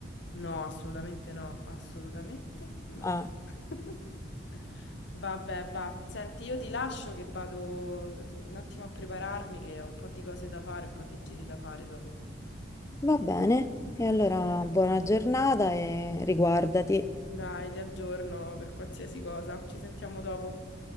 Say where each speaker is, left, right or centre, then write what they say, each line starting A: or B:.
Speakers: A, on the left; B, on the left.
A: No, assolutamente no, assolutamente no.
B: Ah,
A: <laughs> Vabbè, va. Senti, io ti lascio che vado un attimo a prepararmi, che ho un po' di cose da fare, un po' di giri da fare dopo.
B: va bene. E allora buona giornata e riguardati.
A: Dai, ti aggiorno per qualsiasi cosa. Ci sentiamo dopo.